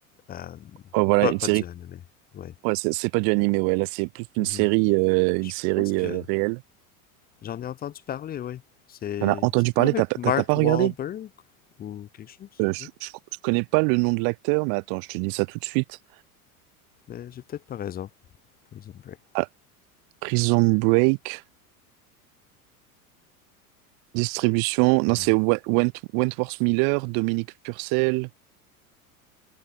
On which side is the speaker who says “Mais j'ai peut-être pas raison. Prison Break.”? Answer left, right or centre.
Left